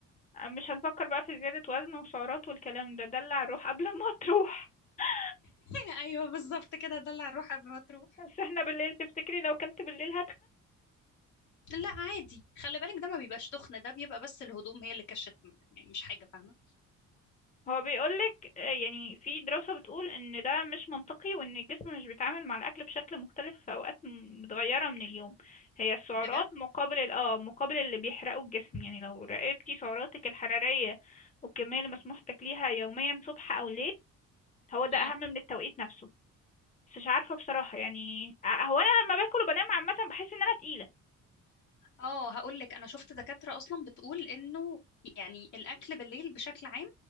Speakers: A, on the left; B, on the left.
A: آه، مش هنفكر بقى في زياده وزن وسعرات والكلام ده دلع الروح قبل ما تروح <laughs>
B: <laughs> ايوه بالظبط كده ده اللي هروح قبل ما تروح
A: بس احنا بالليل تفتكري لو كلت بالليل
B: لا عادي خلي بالك ده ما بيبقاش تخن ده بيبقى بس الهدوم هي اللي كشت يعني مش حاجه فاهمه
A: هو بيقولك آه، يعني في دراسة بتقول ان ده مش منطقي وان الجسم مش بيتعامل مع الاكل بشكل مختلف في اوقات م- متغيرة من اليوم هي السعرات
B: بجد
A: مقابل ال- اه مقابل اللي بيحرقه الجسم يعني لو راقبتي سعراتك الحرارية والكمية اللي مسموح تاكليها يوميا صبح او ليل هو ده
B: امم
A: اهم من التوقيت نفسه بس مش عارفة بصراحة يعني آه، هو انا لما باكل وبنام عامة بحس ان انا تقيلة
B: اه هقول لك انا شفت دكاترة اصلا بتقول انه يعني الاكل بالليل بشكل عام